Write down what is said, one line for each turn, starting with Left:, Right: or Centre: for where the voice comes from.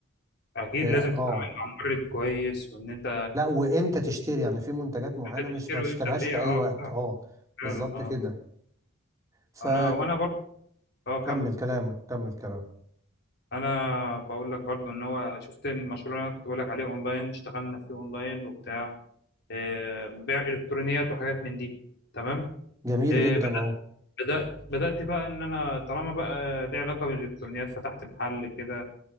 Left: اكيد
Right: آه
Left: لازم تتعامل
Right: آه.
Left: مع مورد كويس وان انت
Right: لا وامتى تشتري يعني في منتجات معينة
Left: انت
Right: مش
Left: تشتري
Right: ما
Left: وامتى
Right: تشتريهاش
Left: تبيع
Right: في اي
Left: اه
Right: وقت
Left: صح
Right: اه بالظبط
Left: فعلا اه
Right: كده فكمل
Left: انا وانا برضه اه كم
Right: كلامك كمل كلامك
Left: انا بقول لك برضه ان هو شفت المشروع اللي انا كنت بقول لك عليه اونلاين اشتغلنا فيه اونلاين وبتاع آه، بيع الكترونيات وحاجات من دي تمام
Right: جميل
Left: آه،
Right: جدا اه
Left: بدأت بدأت بقى إن أنا طالما بقى ليه علاقة بالإلكترونيات فتحت محل كده